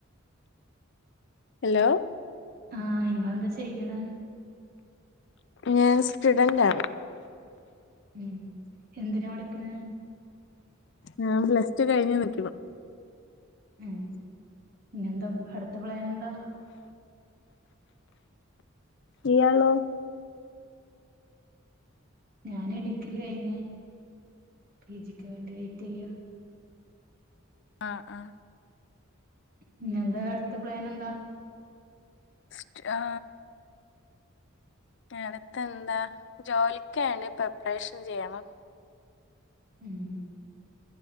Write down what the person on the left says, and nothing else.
ഹലോ.
ഞാൻ സ്റ്റുഡന്റാണ്.
ഞാൻ പ്ലസ് ടു കഴിഞ്ഞു നിക്കുവാ
ഇയാളോ.
ആ ആ
സ്റ്റ് ആ. അടുത്തെന്താ ജോലിക്ക് വാണ്ടി പ്രിപ്പറേഷൻ ചെയ്യണം.